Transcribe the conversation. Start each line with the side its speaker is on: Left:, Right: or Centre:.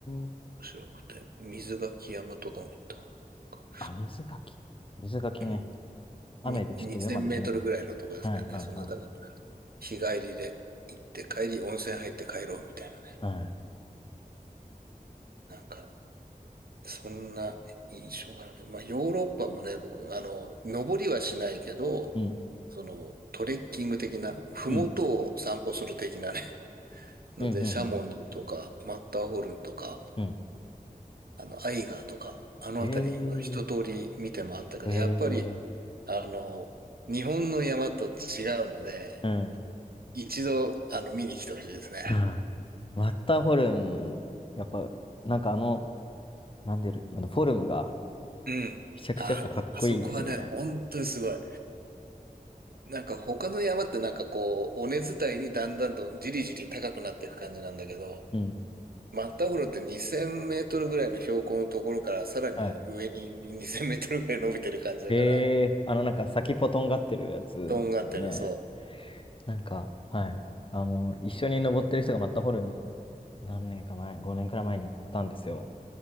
Left: ん。
Right: 面白くて、水垣山とかも行ったかな。なんか
Left: あ、水かき。水かきね。
Right: うん
Left: 雨でちょっと上まで行けなかっ
Right: に、2000メートルぐらいのとこですけどね、
Left: た。はいはいは
Right: そんな高くなる。日帰りで行って、帰り温泉入って帰ろうみたいなね。
Left: い。はい。
Right: なんか、そんな印象があるけど、まあヨーロッパもね、僕、あの、登りはしないけど、
Left: うん。
Right: そのトレッキング的な、ふもとを散歩する的なね、
Left: うん。
Right: <laughs> ので、
Left: うん。うん。
Right: シャモニーとか、
Left: うん。
Right: マッターホルンとか、
Left: うん
Right: あの、アイガーとか、あのあたりは一通り見てもあったけど、
Left: ええ。へえ。
Right: やっぱり、あの、日本の山と違うので、
Left: うん。
Right: 一度、あの、見に来てほしいですね。
Left: はい。マッターホルン、やっぱ、なんかあの、なんでる、あのフォルムが、
Right: うん。
Left: めちゃくちゃやっぱかっこいいですよね。
Right: あ、あそこはね、本当にすごい。なんか他の山ってなんかこう、尾根伝いにだんだんとじりじり高くなっていく感じなんだけど、
Left: うん。
Right: マッターホルンって2000メートルぐらいの標高のところからさらに上に2000メートルぐらい伸びてる感じだから、
Left: はいえー、あの、なんか先っぽとんがってるやつですよね。
Right: とんがってる、そ
Left: なんか、はい。あの、一緒に登ってる人がマッターホルン何年か前、5年くらい前に行ったんですよ。